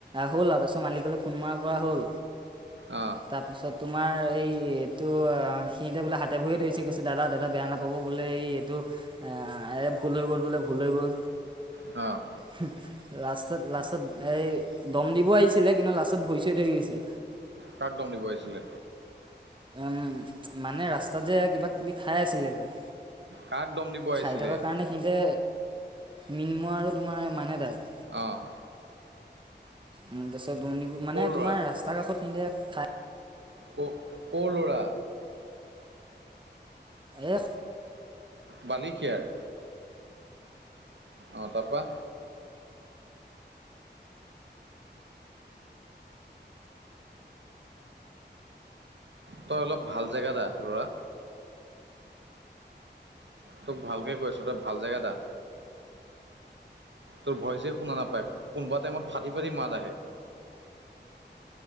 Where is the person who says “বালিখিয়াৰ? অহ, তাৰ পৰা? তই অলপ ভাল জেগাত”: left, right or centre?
Right